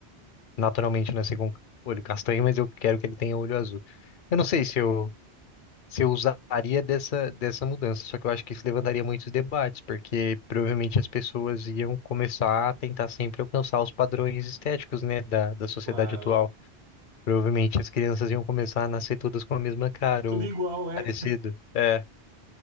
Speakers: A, on the left; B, on the right.
A: naturalmente nascer com olho castanho, mas eu quero que ele tenha olho azul. Eu não sei se eu se eu usaria dessa dessa mudança, só que eu acho que isso levantaria muitos debates, porque provavelmente as pessoas iam começar a tentar sempre alcançar os padrões estéticos, né, da, da sociedade
B: claro.
A: atual. Provavelmente as crianças iam começar a nascer todas com a mesma cara
B: Tudo
A: ou
B: igual, é.
A: parecido. É,